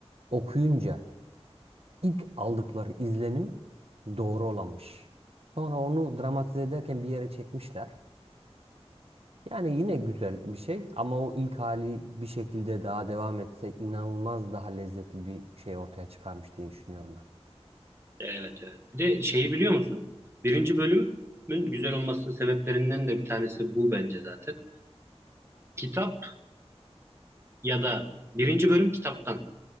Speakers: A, on the right (about 65°); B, on the right (about 20°).
A: okuyunca ilk aldıkları izlenim doğru olanmış. Sonra onu dramatize ederken bir yere çekmişler. Yani yine güzel bir şey ama o ilk hali bir şekilde daha devam etse inanılmaz daha lezzetli bir şey ortaya çıkarmış diye düşünüyorum
B: Evet evet. Bir de şeyi biliyor musun? Birinci bölümün güzel olmasının sebeplerinden de bir tanesi bu bence zaten. Kitap ya da birinci bölüm kitaptan.